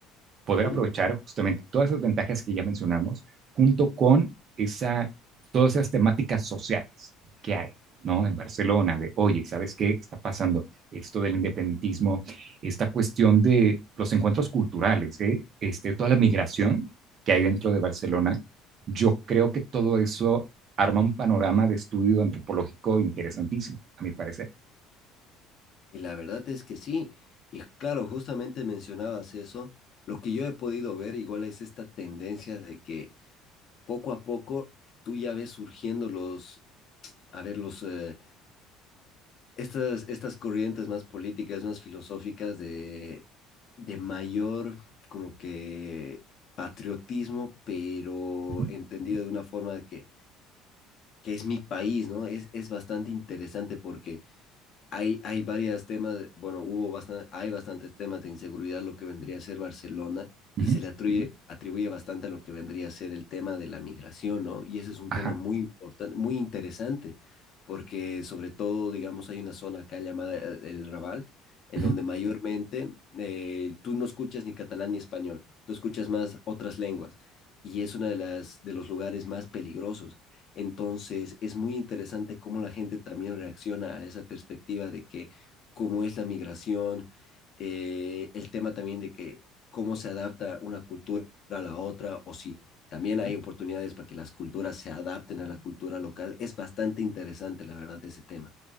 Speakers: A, on the right; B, on the left.
A: poder
B: ujú.
A: aprovechar justamente todas esas ventajas que ya mencionamos, junto con esa, todas esas temáticas sociales que hay, ¿no? En Barcelona, de, oye, ¿sabes qué está pasando? Esto del independentismo, esta cuestión de los encuentros culturales, ¿eh? este, toda la migración que hay dentro de Barcelona, yo creo que todo eso arma un panorama de estudio antropológico interesantísimo, a mi parecer.
B: Y la verdad es que sí. Y claro, justamente mencionabas eso. Lo que yo he podido ver igual es esta tendencia de que poco a poco tú ya ves surgiendo los, a ver, los... eh, estas, estas corrientes más políticas, más filosóficas de, de mayor como que patriotismo, pero
A: Uh -huh,
B: entendido de una forma que, que es mi país, ¿no? Es, es bastante interesante porque hay, hay varios temas, bueno, hubo bastan- hay bastantes temas de inseguridad, lo que vendría a ser Barcelona, y
A: uh -huh,
B: se le Ujú. atribuye, atribuye bastante a lo que vendría a ser el tema de la migración, ¿no? Y ese es un
A: ajá,
B: tema muy importante, muy interesante, porque sobre todo, digamos, hay una zona acá llamada el, el Raval, en
A: uh
B: donde
A: -huh,
B: mayormente eh, tú no escuchas ni catalán ni español, tú escuchas más otras lenguas, y es una de las, de los lugares más peligrosos entonces, es muy interesante cómo la gente también reacciona a esa perspectiva de que cómo es la migración, eh, el tema también de que cómo se adapta una cultura a la otra o si también hay oportunidades para que las culturas se adapten a la cultura local. Es bastante interesante, la verdad, ese tema.